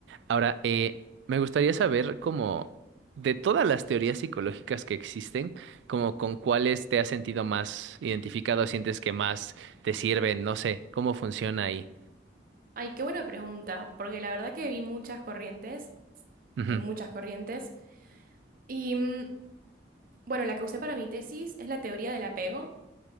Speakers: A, on the right; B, on the right.
A: Ahora, eh, me gustaría saber como de todas las teorías psicológicas que existen, como con cuáles te has sentido más identificado, sientes que más te sirven, no sé, cómo funciona ahí.
B: ay, qué buena pregunta, porque la verdad que vi muchas corrientes,
A: Ujú,
B: hay muchas corrientes, y mm, bueno, la que usé para mi tesis es la teoría del apego,